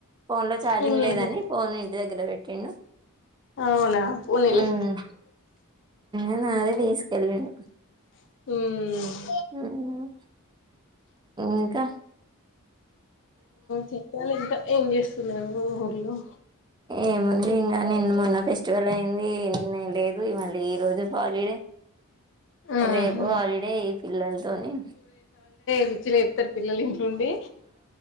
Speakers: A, on the right (about 20°); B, on the left (about 60°).
A: ఫోన్లో ఛార్జింగ్
B: మ్మ్
A: లేదని ఫోన్ ఇంటి దగ్గర వెట్ ట్టిండు
B: అవునా పోనీలే
A: మ్ ఆ నాదే తీస్కెళ్ళిన్
B: మ్....
A: మ్ ఇంకా
B: చెప్పాలి ఇంకా ఏం చేస్తున్నావు ఊర్లో
A: ఏముంది ఇంగ నిన్న, మొన్న ఫెస్టివల్ అయింది నిన్న లేదు ఇవాళ ఈ రోజు హాలిడే
B: మ్మ్
A: రేపు
B: హ్మ్
A: హాలిడే ఈ పిల్లల్తోని
B: బిచ్చి లేప్తర్ పిల్లల్ ఇంట్లుండి.